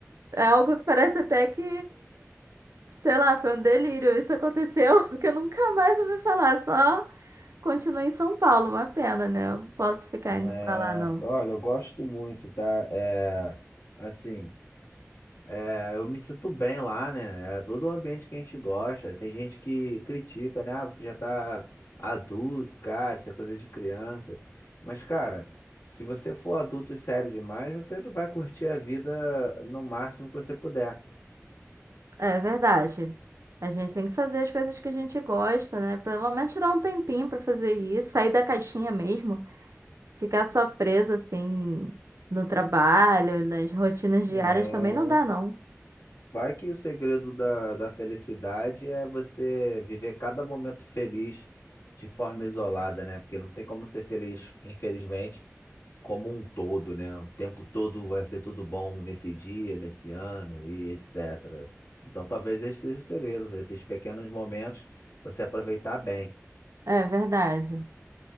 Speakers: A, on the right (about 70°); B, on the left (about 70°).
A: É algo que parece até que, sei lá, foi um delírio. Isso aconteceu <laughs> que eu nunca mais ouvi falar. Só continuei em São Paulo. Uma pena, né? Eu não posso ficar indo
B: É,
A: pra lá, não.
B: olha, eu gosto muito, tá? É, assim, É, eu me sinto bem lá, né? É todo o ambiente que a gente gosta. Tem gente que critica, né? Ah, você já tá adulto, cara, isso é coisa de criança. Mas, cara, se você for adulto e sério demais, você não vai curtir a vida no máximo que você puder.
A: É verdade. A gente tem que fazer as coisas que a gente gosta, né? Pelo menos tirar um tempinho pra fazer isso. Sair da caixinha mesmo. Ficar só preso, assim, no trabalho, nas rotinas diárias
B: É,
A: também não dá, não.
B: Vai que o segredo da, da felicidade é você viver cada momento feliz de forma isolada, né? Porque não tem como ser feliz, infelizmente, como um todo, né? O tempo todo vai ser tudo bom nesse dia, nesse ano e etc. Então talvez esse seja o segredo, esses pequenos momentos você aproveitar bem.
A: É verdade.